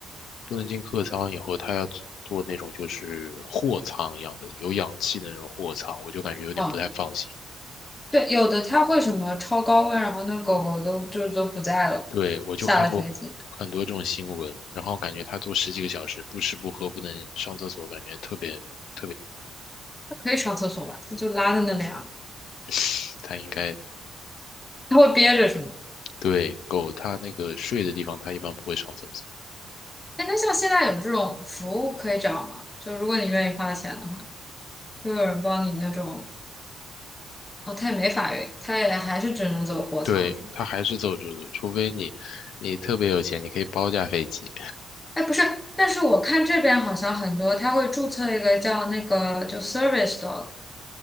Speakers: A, on the left; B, on the left.
A: 不能进客舱以后，它要坐那种就是货舱一样的，有氧气的那种货舱，我就感觉有点不太放心。
B: 哦，对，有的它会什么超高温，然后那狗狗都就都不在了，
A: 对，我就看过很多这种新闻，
B: 下了飞机，
A: 然后感觉它坐十几个小时，不吃不喝，不能上厕所，感觉特别 <sniffs>，
B: 它可以上厕所吧？它就拉在那里啊，
A: <tsk> 它应该，
B: 它会憋着是吗？
A: 对，狗它那个睡的地方，它一般不会上厕所。
B: 哎，那像现在有这种服务可以找吗？就如果你愿意花钱的话，就有人帮你那种。哦，他也没法运，他也还是只能走货仓是吗？
A: 对，他还是走这个，除非你你特别有钱，你可以包架飞机。
B: 哎，不是，但是我看这边好像很多，他会注册一个叫那个就 service dog，